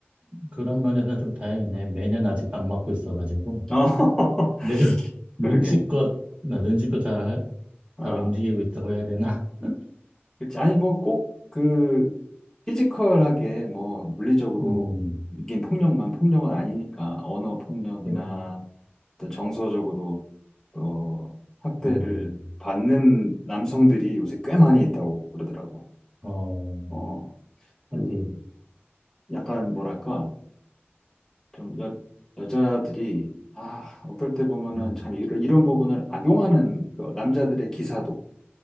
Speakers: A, on the right (about 30°); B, on the left (about 15°).
A: 그런 면에서는 좀 다행이네. 매년 아직 안 맞고 있어가지고.
B: 어,
A: 내가
B: <laughs>
A: <laughs> 눈치껏,
B: 그러게
A: 나 눈치껏 잘, 할-
B: 아.
A: 잘 움직이고 있다고 해야 되나? <laughs>
B: 그치. 아니, 뭐, 꼭, 그, 피지컬하게, 뭐, 물리적으로,
A: 음,
B: 이게 폭력만 폭력은 아니니까, 언어 폭력이나,
A: 또,
B: 또 정서적으로, 또, 학대를
A: 음,
B: 받는 남성들이 요새 꽤 많이 있다고 그러더라고.
A: 어,
B: 어, 그,
A: 하긴,
B: 약간, 뭐랄까, 좀, 여, 여자들이, 아, 어떨 때 보면은
A: 음,
B: 참, 이런, 이런 부분을 악용하는, 그 남자들의 기사도,